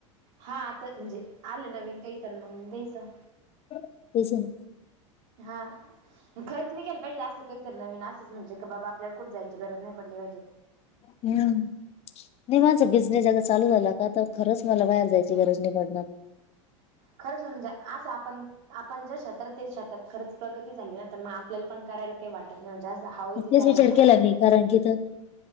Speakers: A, on the right; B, on the left.
A: हा आता म्हणजे आलं नवीन काही तर मग द्यायचं.
B: तेच हे ना,
A: हां, खरंच निघाल पाहिजे असं काहीतर नवीन असंच म्हणजे की बाबा, आपल्याला कुठ जायची गरज नाही पडली पाहिजे.
B: हम्म, नाही माझं बिझनेस ज्यादा चालू झाला का तर खरंच मला बाहेर जायची गरज नाही पडणार.
A: खरंच म्हणजे आंस आपण आपण ज्या क्षेत्रात आहे क्षेत्रात खरच प्रगती झाली ना, त मग आपल्याला पण करायला काही वाटत नाही. म्हणजे अस हाव येती
B: मग तेच
A: करायला
B: विचार
A: पण.
B: केला मी कारण की इथं,